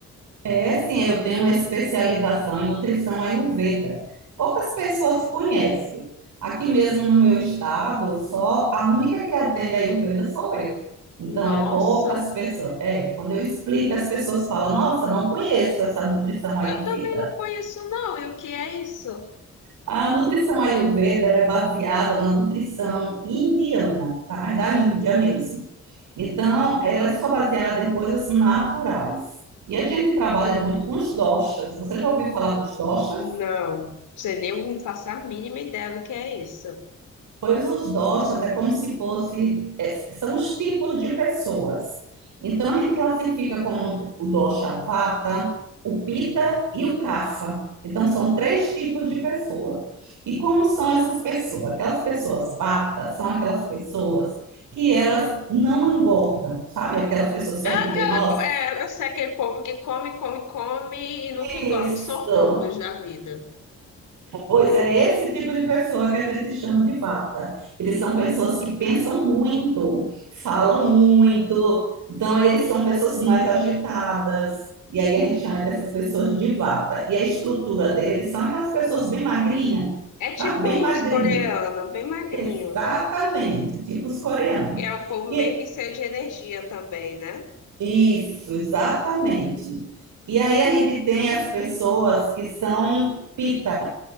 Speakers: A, on the right; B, on the left.
A: É sim, eu tenho uma especialização em nutrição Ayurveda. Poucas pessoas conhecem. Aqui mesmo no meu estado, só a única que atende Ayurveda sou eu. Então
B: Nossa,
A: é poucas pessoas. É, quando eu explico, as pessoas falam: "Nossa, não conheço essa nutrição
B: eu
A: Ayurveda".
B: também não conheço não. E o que é isso?
A: A nutrição Ayurveda, ela é baseada na nutrição indiana, tá? É da Índia mesmo. Então, ela é só baseada em coisas naturais. E a gente trabalha muito com os doshas. Você já ouviu falar dos doshas?
B: Não, você nem faço a mínima ideia do que é isso.
A: Pois os doshas é como se fosse, é, são os tipos de pessoas. Então a gente classifica como o dosha vata, o pita e o kapha. Então são três tipos de pessoa. E como são essas pessoas? Aquelas pessoas vata são aquelas pessoas que elas não engordam, sabe? Aquelas pessoas que
B: É
A: a
B: aquela,
A: gente vê, nossa,
B: é, eu sei aquele povo que come, come, come e nunca engorda,
A: isso,
B: os sortudos da vida.
A: Pois é esse tipo de pessoa que a gente chama de vata. Eles são pessoas que pensam muito, falam muito, então eles são pessoas mais agitadas. E aí a gente chama dessas pessoas de vata. E a estrutura deles são aquelas pessoas bem magrinha,
B: É
A: sabe?
B: tipo
A: Bem magrinha.
B: os coreanos, bem magrinho.
A: Exatamente, tipo os coreanos.
B: É um povo meio
A: E
B: que cheio de energia também, né?
A: isso, exatamente. E aí a gente tem as pessoas que são pita